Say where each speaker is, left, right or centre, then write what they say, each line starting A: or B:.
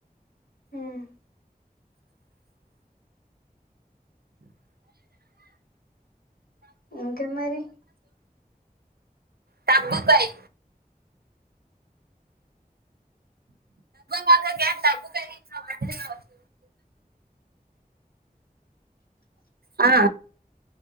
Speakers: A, on the left; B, on the right.
A: ఉమ్ ఇంకేం మరి
B: తబ్బుకాయ్ పక్కకి డబ్బుకాయ్ ఇట్లా పడ్డది కావచ్చు ఆ